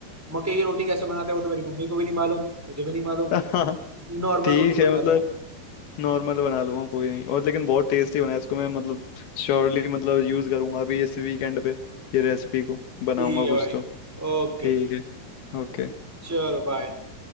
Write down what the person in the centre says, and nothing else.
मक्के की रोटी कैसे बनाते हैं वो तो मेरी मम्मी को भी नहीं मालूम मुझे भी नहीं मालूम
नॉर्मल
रोटी बना
लो
ठीक है
भाई
ओके
चलो बाय